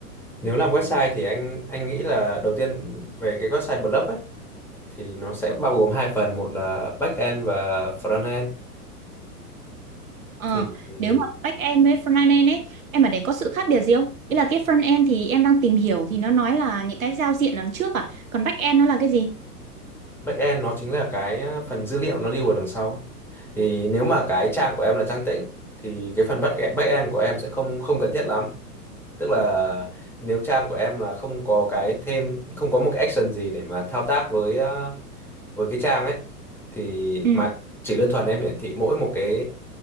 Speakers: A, in the centre; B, on the right.
A: Nếu làm website thì anh anh nghĩ là đầu tiên về cái website blog ấy thì nó sẽ bao gồm hai phần, một là back end và front end.
B: Ờ,
A: Thì, thì
B: nếu mà back end với front end ấy, em bảo đấy có sự khác biệt gì không? Ý là cái front end thì em đang tìm hiểu thì nó nói là những cái giao diện đằng trước à, còn back end nó là cái gì?
A: back end nó chính là cái à, phần dữ liệu nó lưu ở đằng sau. Thì nếu mà cái trang của em là trang tĩnh thì cái phần back e, back end của em sẽ không không cần thiết lắm tức là nếu trang của em là không có cái thêm không có một cái action gì để mà thao tác với ờ, với cái trang ấy thì
B: Ừ,
A: mà chỉ đơn thuần em hiển thị mỗi một cái